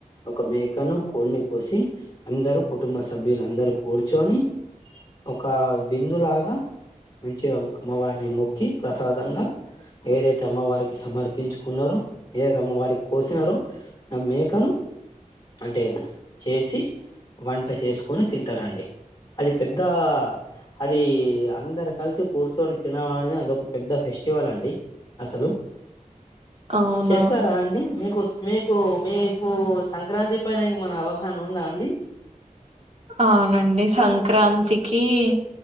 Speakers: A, on the left (about 25°); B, on the right (about 50°).
A: ఒక మేకను కోడ్ని కోసి అందరూ కుటుంబ కుటుంబ సభ్యులందరు కూర్చొని ఒక విందులాగా మంచిగా అమ్మవారిని మొ క్కి ప్రసాదంగా ఏదైతే అమ్మవారికి సమర్పించుకున్నారో ఏ అమ్మ వారికి కోసినారొ నా మేకను అంటే చేసి వంట చేసుకొని తింటారండి. అది పెద్ద అది అందరు కలిసి కూర్చొని తినాలని అదొక పెద్ద ఫెష్ స్టివల్ అండి అసలు
B: అవునా?
A: చేస్తారా అండి మీకుస్ మీకు మీ మీకు సంక్రాంతి పైన ఇగ మన అవగాహన ఉందా అండి
B: అవునండి సంక్రాంతికి ఈ